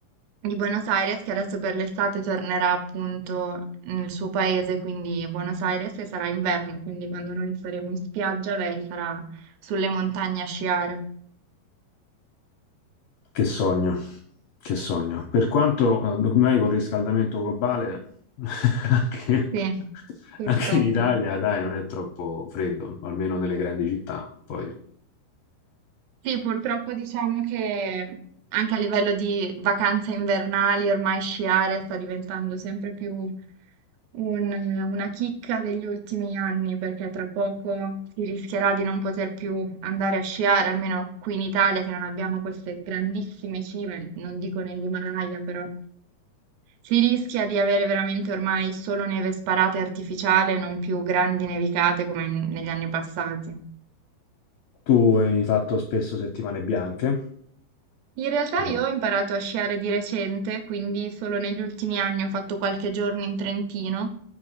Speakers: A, on the right; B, on the left.
A: di Buenos Aires che adesso per l'estate tornerà appunto nel suo paese, quindi a Buenos Aires, e sarà inverno, quindi quando noi saremo in spiaggia lei sarà sulle montagne a sciare.
B: che sogno, che sogno. Per quanto eh, ormai con il riscaldamento globale, <laughs> anche,
A: Sì, purtroppo.
B: anche in Italia, dai, non è troppo freddo, almeno nelle grandi città. Poi
A: Sì, purtroppo diciamo che anche a livello di vacanze invernali ormai sciare sta diventando sempre più un- una chicca degli ultimi anni, perché tra poco si rischierà di non poter più andare a sciare, almeno qui in Italia che non abbiamo queste grandissime cime, non dico nell'Himalaya, però si rischia di avere veramente ormai solo neve sparata e artificiale, non più grandi nevicate come in- negli anni passati.
B: tu hai fatto spesso settimane bianche.
A: In realtà
B: Eh,
A: io ho imparato a sciare di recente, quindi solo negli ultimi anni ho fatto qualche giorno in Trentino,